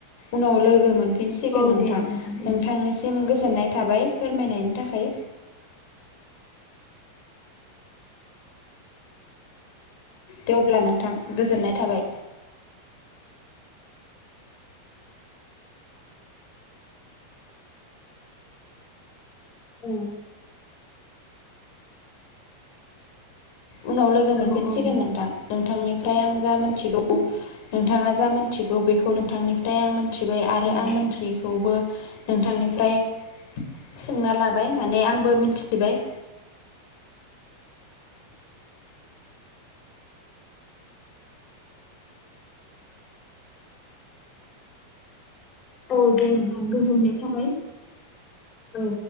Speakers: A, on the left; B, on the left.
A: उनाव लोगो मोन फिनसिगोन
B: औ
A: नोंथां
B: दे
A: नोंथांनिसिम
B: औ
A: गोजोननाय थाबाय फोरमायनायनि थाखाय। दे अब्ला नोंथां गोजोननाय थाबाय।
B: औ।
A: उनाव लोगो मोनफिनसिगोन
B: औ औ
A: नोंथां नोंथांनि फ्राय आं जा मिथिगौ नोंथाङा जा मोनथिगौ बेखौ नोंथांनिफ्राय आं मिथिबाय आरो
B: औ
A: आं
B: औ
A: मिथियैखौबो नोंथांनिफ्राय सोंना लाबाय माने आंबो मिनथिबाय।
B: औ दे नोंथां गोजोननाय थाबाय औ।